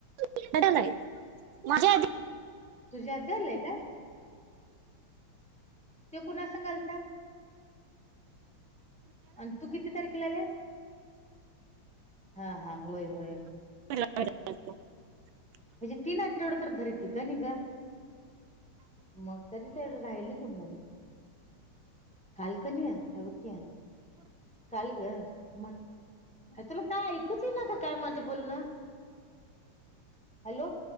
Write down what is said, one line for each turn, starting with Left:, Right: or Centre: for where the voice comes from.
Right: <unintelligible> माझ्या आधी
Centre: तुझी आधी आलंय काय? त्यो कुणा संग आलता? आणि तू किती तारखेला आल्यास? हा हा होय होय.
Right: <unintelligible>
Centre: हे तीन आठवडं तर धर की कणी गं. मग तरी तेवढं राहिल की मुल. हाल कणी हे बघ की काल गं म तुला काय ऐकुच येईना का काय माझं बोलणं? हॅलो.